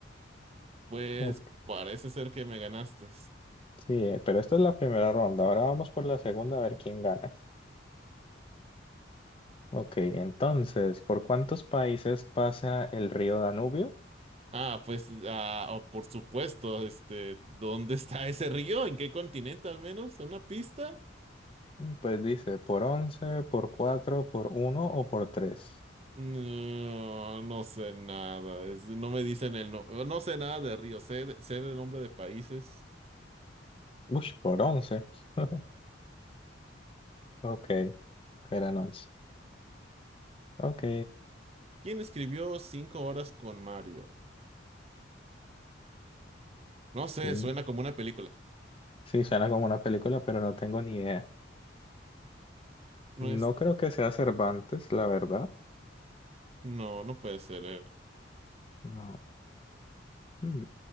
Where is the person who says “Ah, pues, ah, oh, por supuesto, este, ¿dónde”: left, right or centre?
Right